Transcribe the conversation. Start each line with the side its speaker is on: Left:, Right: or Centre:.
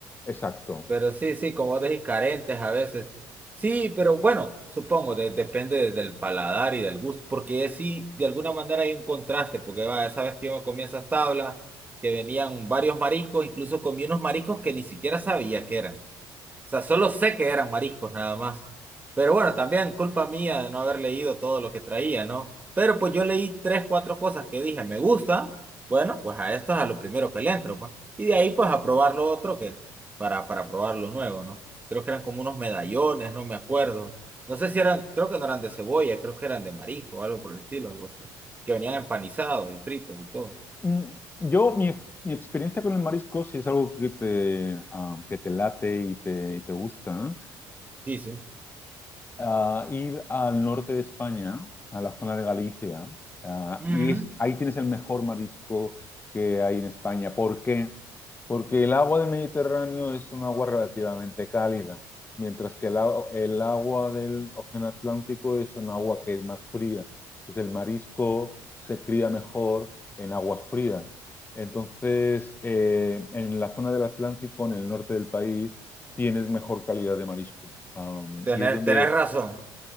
Left: exacto.
Right: Pero sí, sí, como vos decís, carentes a veces. Sí, pero bueno, supongo, de- depende del paladar y del gusto, porque es- sí, de alguna manera hay un contraste, porque vaya, sabes que yo me comí esas tablas que venían varios mariscos, incluso comí unos mariscos que ni siquiera sabía que eran. O sea, solo sé que eran mariscos nada más. Pero bueno, también culpa mía de no haber leído todo lo que traía, ¿no? Pero pues yo leí tres, cuatro cosas que dije, me gusta, bueno, pues a esto es a lo primero que le entro, pues. Y de ahí pues a probar lo otro que, para, para probar lo nuevo, ¿no? Creo que eran como unos medallones, no me acuerdo. No sé si eran, creo que no eran de cebolla, creo que eran de marisco o algo por el estilo, algo así. Que venían empanizados y fritos y todo.
Left: Mm, Yo, mi, ex- mi experiencia con el marisco, si es algo que te, ah, que te late y te, y te gusta, ¿no?
Right: Sí, sí.
Left: ah, ir al norte de España, a la zona de Galicia, ah,
Right: Ujú.
Left: y es- ahí tienes el mejor marisco que hay en España. ¿Por qué? Porque el agua del Mediterráneo es un agua relativamente cálida, mientras que el, a- el agua del Océano Atlántico es un agua que es más fría. Entonces el marisco se cría mejor en aguas frías. Entonces, eh, en la zona del Atlántico, en el norte del país, tienes mejor calidad de marisco. Am,
Right: Tener,
Left: y es donde
Right: tenés razón.